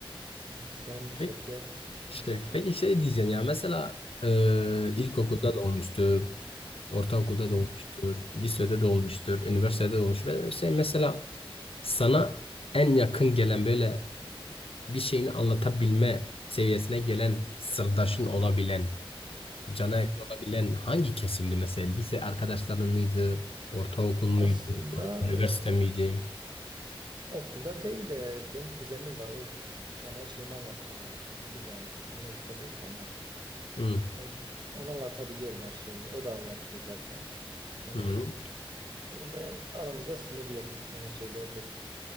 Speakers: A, on the right (about 50°); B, on the left (about 75°).
A: Sen,
B: <laughs>
A: Şevket,
B: Peki Şey,
A: Emrah.
B: peki şey diyeceğim ya mesela e, ilkokulda da olmuştur, ortaokulda
A: Hı,
B: da olmuştur, lisede de olmuştur, üniversitede de olmuş. Ve şey mesela sana en yakın gelen böyle bir şeyini anlatabilme seviyesine gelen sırdaşın olabilen, cana
A: hı.
B: yakın olabilen hangi kesimdi mesela? Lise arkadaşların mıydı, ortaokul muydu,
A: Aslında
B: üniversite miydi?
A: Okulda değil de benim kuzenim var. O yani her şeyimi anlatırım ona. Bilir yani. Aynı okulda değil ama
B: Hı,
A: yani ona anlatabiliyorum her şeyi. O da anlatıyor zaten. Yani
B: hı.
A: o- orada yani aramızda sınır yok. Yani söyleyebilirim.